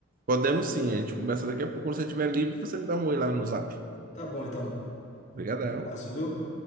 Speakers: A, on the right (about 45°); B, on the left (about 35°).
A: Podemos sim, a gente conversa daqui a pouco. Quando você estiver livre, você me dá um oi lá no Zap.
B: Tá bom, então.
A: Obrigadão.
B: Um abraço, viu?